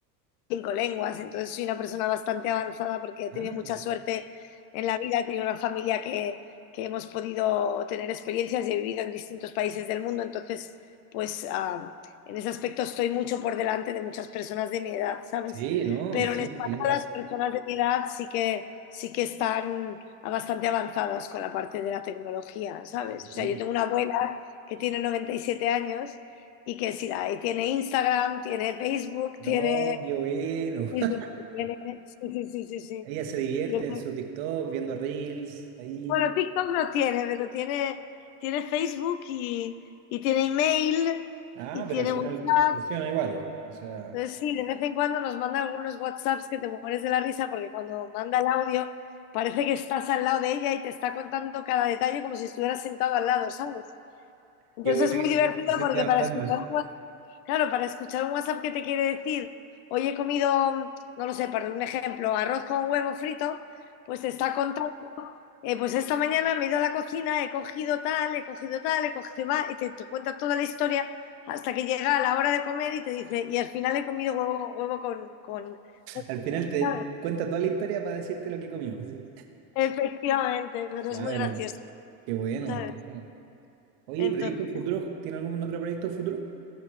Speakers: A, on the left; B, on the right.
A: cinco lenguas, entonces soy una persona bastante avanzada porque he
B: Ah,
A: tenido mucha
B: ok.
A: suerte en la vida, he tenido una familia que, que hemos podido tener experiencias y he vivido en distintos países del mundo, entonces pues ah, en ese aspecto estoy mucho por delante de muchas personas de mi edad, ¿sabes?
B: Sí, no,
A: Pero
B: cinco
A: en España
B: lenguas.
A: las personas de mi edad sí que, sí que están bastante avanzadas con la parte de la tecnología, ¿sabes?
B: Sí.
A: O sea, yo tengo una abuela que tiene 97 años y que sí, la- y tiene Instagram, tiene Facebook,
B: No,
A: tiene
B: qué bueno.
A: Sí,
B: <laughs>
A: sí, sí, tiene, sí, sí, sí, sí, sí.
B: Ella se divierte
A: Tiene-
B: en su TikTok viendo reels ahí.
A: bueno, TikTok no tiene, pero tiene, tiene Facebook y, y tiene email
B: Ah,
A: y
B: pero
A: tiene
B: al final
A: WhatsApp.
B: funciona igual. O sea,
A: Entonces, sí, de vez en cuando nos manda algunos WhatsApps que te mueres de la risa porque cuando manda el audio parece que estás al lado de ella y te está contando cada detalle como si estuvieras sentado al lado, ¿sabes? Entonces
B: qué bueno que
A: es muy divertido
B: se, que se
A: porque
B: esté adaptando.
A: para escuchar un Claro, para escuchar un WhatsApp que te quiere decir, hoy he comido, no lo sé, para un ejemplo, arroz con huevo frito, pues te está contando, eh, pues esta mañana me he ido a la cocina, he cogido tal, he cogido tal, he cogido va, y te, te cuenta toda la historia hasta que llega la hora de comer y te dice, y al final he comido huevo, huevo con, con, con-
B: Al final te
A: ¿sabes?
B: cuenta toda la historia para decirte lo que comió, así.
A: Efectivamente, pero
B: Ya,
A: es muy
B: pero
A: gracioso,
B: qué bueno,
A: ¿sabes?
B: qué bueno. Oye,
A: Entonces,
B: ¿proyectos futuros? ¿Tiene algún otro proyecto futuro?